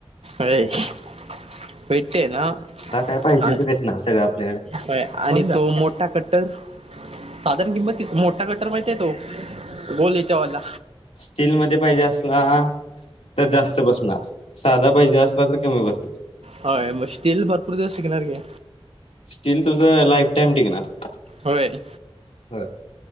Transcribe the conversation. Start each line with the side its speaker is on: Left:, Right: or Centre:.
Right: अय <unintelligible> ते हायना
Left: तुला काय पाहिजे
Right: आणि
Left: ते भेटणार सगळं आपल्याकडे
Right: होय आणि तो मोठा कट्टर? साधारण किंमत कित मोठा गटर माहिती आहे तो, गोलेच्या हेच्यावाला.
Left: स्टील मध्ये पाहिजे असला, तर जास्त बसणार. साधा पहिजे असला तर कमी बसतात.
Right: हय मग स्टील भरपूर दिवस शिकणार गे.
Left: स्टील तुझं लाईफ टाइम टिकणार.
Right: होय.
Left: ह.